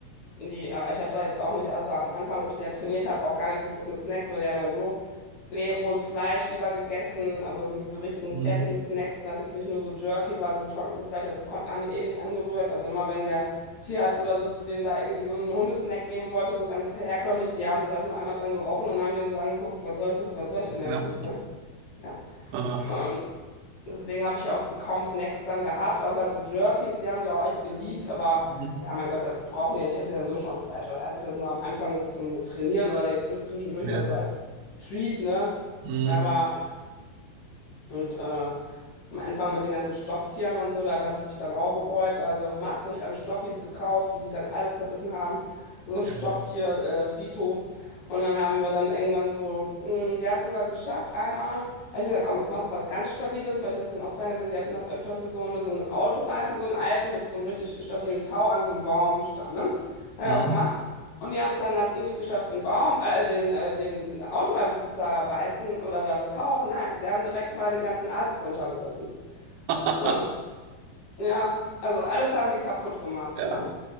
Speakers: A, on the left; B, on the right.
A: die, äh, ich habe da jetzt auch nicht, außer am Anfang, wo ich die ja trainiert habe, auch gar nicht so groß mit Snacks, weil die haben ja so rohes Fleisch lieber gegessen. Also so diese richtigen
B: Mhm,
A: fertigen Snacks, wenn das jetzt nicht nur so Jerky war, so getrocknetes Fleisch, das konnten, haben die eh nicht angerührt. Also immer wenn der Tierarzt oder so denen da irgendwie so einen Hundesnack geben wollte, so ganz herkömmlich, die haben das nur einmal dran gerochen und haben den so angeguckt, so, was soll ich, was soll ich denn da
B: Genau.
A: jetzt mit, ne? Ja.
B: Äh,
A: Und Deswegen habe ich auch kaum Snacks dann gehabt, außer halt so Jerkies, die haben die auch echt geliebt, aber
B: mhm,
A: ja, mein Gott, das brauchen die ja nicht, die essen ja so schon Fleisch. Also hatte ich das nur am Anfang so zum Trainieren oder jetzt zw- zwischendurch
B: ja.
A: mal so als Treat, ne?
B: Mhm.
A: Aber, ja. und äh, am Anfang mit den ganzen Stofftieren und so, das habe ich dann auch bereut. Also massig an Stoffis gekauft, die die dann alle zerbissen haben. So ein
B: Ja.
A: Stofftierfriedhof. Äh, Friedhof. und dann haben wir dann irgendwann so, mh, die haben es sogar geschafft. Einmal habe ich mir gedacht, komm, jetzt machst du was ganz Stabiles, weil ich das in Australien gesehen, die hatten das öfter für so, eine, so einen Autoreifen, so einen alten mit so einem richtig stabilen Tau an so einem Baumstamm. Ne? Habe
B: Mhm.
A: ich auch gemacht. Und die haben es dann halt nicht geschafft, den Baum, äh, den, äh, den Autoreifen zu zerbeißen oder das Tau. Nein, sie haben direkt mal den ganzen Ast runtergerissen.
B: <laughs>
A: Ähm, ja, also alles haben die kaputt gemacht,
B: Ja.
A: ne?